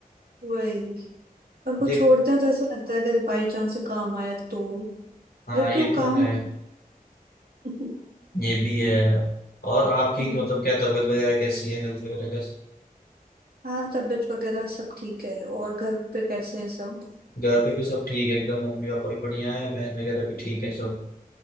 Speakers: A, on the right (about 75°); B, on the left (about 90°).
A: वही और कुछ
B: देख
A: छोड़ते हैं तो ऐसा लगता है अगर बाई चांस से काम आया तो
B: हाँ
A: जबकि
B: ये
A: वो
B: तो
A: काम
B: है
A: <laughs>
B: ये भी है और आपकी
A: हम्म।
B: मतलब क्या तबीयत वगैरह कैसी है हेल्थ वगैरह कैसा है?
A: हाँ तबीयत वगैरह सब ठीक है और घर पे कैसे हैं सब
B: घर पे भी सब ठीक है एकदम मम्मी पापा भी बढ़िया है बहन वगैरह भी ठीक है सब